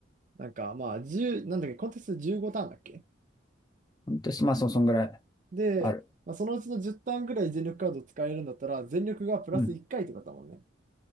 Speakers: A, on the right; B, on the left.
A: なんかまあ、1なんだっけ、コンテスト15ターンだっけ
B: 本当に、まあそう、そんぐらい
A: で、
B: ある。
A: まあそのうちの10ターンぐらい全力カード使えるんだったら、全力がプラス1回ってことだもんね。
B: うん。